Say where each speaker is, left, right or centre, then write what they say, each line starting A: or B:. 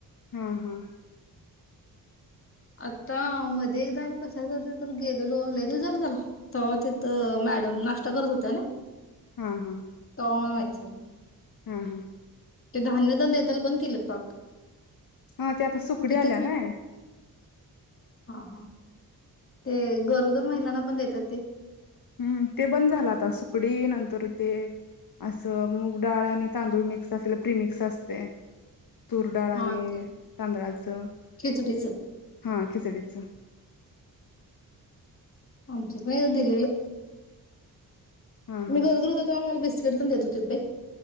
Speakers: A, on the left; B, on the left.
A: हम् हम्
B: आता मध्ये एकदा आम्ही कशासाठी तर गेलेलो ललेगेल झालं त्याला ते्हा तिथं मॅडम नाश्ता करत होत्या ना
A: हा हा
B: कमल माचर
A: हा हा
B: ते धान्यदान द्याताल बंद केलेत पाक
A: हा ते आता सुकडी
B: तिथंच
A: आल्या नाय
B: हा हा ते गरोदर महिलांना पण देतात ते
A: हम्म ते बंद झालं आता सुकडी नंतर ते असं मूग डाळ आणि तांदूळ मिक्स असलेला प्रीमिक्स असते तूर डाळ
B: हा
A: आणि
B: ते
A: तांदळाचं
B: खिचडीच
A: हा खिचडीचं
B: आम चकन दिलेलं
A: हा हा
B: मीला देत होते बा